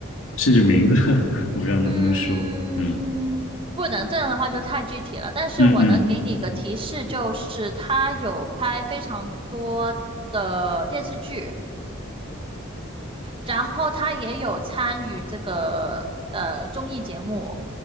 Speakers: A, on the left; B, on the right.
A: 甚至名字，<laughs> 我不知道能不能说。
B: 嗯，
A: 嗯
B: 不能这样的话就太具体了，但是我能给你一个提示，
A: 嗯嗯
B: 就是他有拍非常多的电视剧，然后他也有参与这个呃综艺节目，